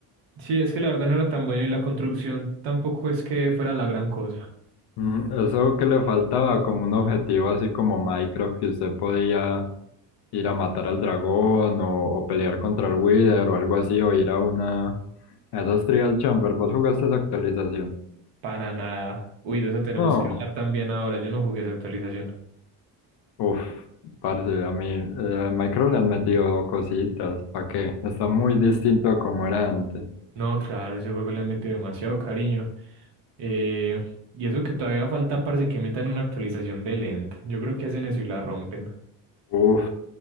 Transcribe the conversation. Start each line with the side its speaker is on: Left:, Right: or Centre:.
Right: Sí, es que la verdad no era tan buena y la construcción tampoco es que fuera la gran cosa.
Left: Mm, Eso que le faltaba como un objetivo así como Minecraft, que usted podía ir a matar al dragón o, o pelear contra el Wither o algo así, o ir a una... a esas Trial Chamber, ¿vos jugaste esa actualización?
Right: Para nada. Uy, de eso tenemos
Left: No.
Right: que hablar también ahora. Yo no jugué esa actualización.
Left: Uf, parce, a mí eh, a Minecraft le han metido cositas, ¿para qué? Está muy distinto a como era antes.
Right: No, claro, ese juego le han metido demasiado cariño. Eh, y eso que todavía falta, parece que metan una actualización de Lend. Yo creo que hacen eso y la rompen.
Left: Uf,